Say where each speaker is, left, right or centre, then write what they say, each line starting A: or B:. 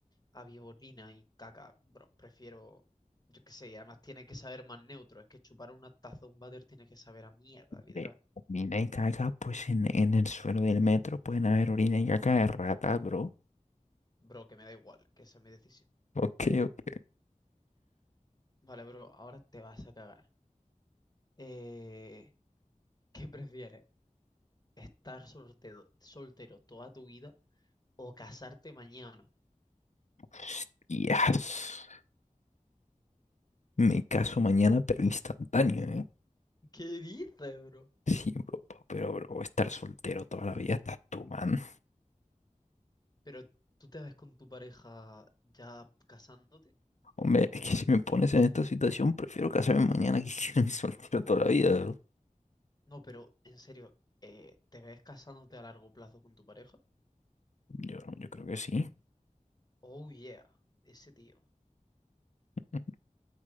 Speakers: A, on the left (about 30°); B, on the left (about 60°).
A: había orina y caca, bro, prefiero, yo qué sé, y además tiene que saber más neutro, es que chupar una taza de un váter tiene que saber a mierda, literal.
B: De orina y caca, pues en, en el suelo del metro pueden haber orina y caca de ratas, bro.
A: Bro, que me da igual, que esa es mi decisión.
B: Ok, ok.
A: Vale, bro, ahora te vas a cagar. Eh, <laughs> ¿qué prefieres? ¿Estar soltero, soltero toda tu vida o casarte mañana?
B: Hostias. Me caso mañana, pero instantáneo, ¿eh?
A: ¿Qué dices, bro?
B: Sí, bro, pa- pero bro, voy a estar soltero toda la vida, estás tú, man.
A: Pero tú te ves con tu pareja ya casándote.
B: Hombre, es que si me pones en esta situación, prefiero casarme mañana que <laughs> quedarme soltero toda la vida, bro.
A: No, pero en serio, eh, ¿te ves casándote a largo plazo con tu pareja?
B: Yo, yo creo que sí.
A: Oh yeah, ese tío.
B: <laughs>